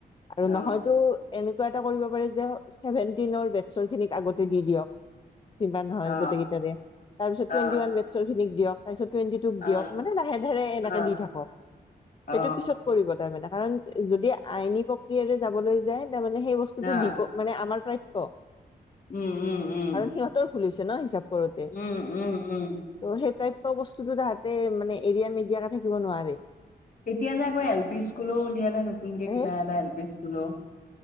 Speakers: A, on the left (about 30°); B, on the left (about 55°).
A: আৰু
B: অ
A: নহয়তো এনেকুৱা এটা কৰিব পাৰি যে ছেভেন্টিনৰ বেটছৰ খিনিক আগতে দি দিয়ক যিমান নহয়
B: অ অ
A: গোটকেইটাৰে তাৰপিছত টুৱেটি
B: অ
A: ৱান মে খিক দিয়ক তাৰপিত টুৱেণ্টি টুক
B: অ
A: দিয়ক।
B: অ
A: মানে লাহে ধৰে এনেকে
B: অ
A: দি থাকক।
B: অ
A: সেইটো পিছত কৰিব তাই মানে। কাৰণ যদি আইনী প্ৰক্ৰিয়াৰে যাবলৈ যায়, তাৰমানে সেই বস্তুটো
B: অ
A: দিব, মানে আমাৰ প্ৰাপ্য।
B: উম - উম - উম।
A: কাৰণ সিহঁতৰ ভুল হৈছে ন', হিচাপ কৰোঁতে।
B: উম উম উম
A: তো সেই প্ৰা প্য বস্তুটো তাহাঁতে মানে, এৰিয়া নেদিয়াকে থাকিব নোৱাৰে।
B: এতিয়া যে আকৌ এল পি স্কুলেও উলিয়ালে। নতুনকে
A: এ
B: কিবা এটা এল পি স্কুলো।